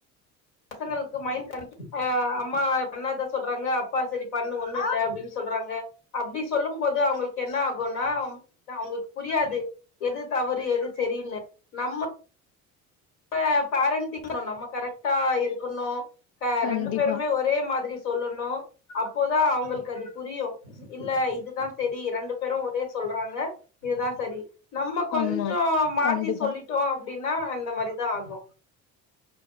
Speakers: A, on the left (about 80°); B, on the left (about 35°).
A: பசங்களுக்கு மைண்ட் <inaudible> அ அம்மா பண்ணாத சொல்றாங்க அப்பா சரி பண்ணு ஒன்னு இல்ல அப்டின் சொல்றாங்க அப்டி சொல்லும் போது அவங்களுக் என்ன ஆகுன்னா அவங்களுக் புரியாது எது தவறு எது செரினு நம்ம அ பேரண்டிங்ல நம்ம கரெக்ட்டா இருக்கணு க
B: கண்டிப்பா
A: ரெண்டு பேருமே ஒரே மாதிரி சொல்லணு அப்போதா அவங்களுக் அது புரியு இல்ல இதுதா செரி ரெண்டு பேரு ஒரே சொல்றாங்க இதுதா சரி நம்ம கொஞ்ஜோ
B: ஆமா
A: மாத்தி
B: கண்டிப்பா
A: சொல்லிட்டோ அப்டின்னா இந்த மாரிதா ஆகு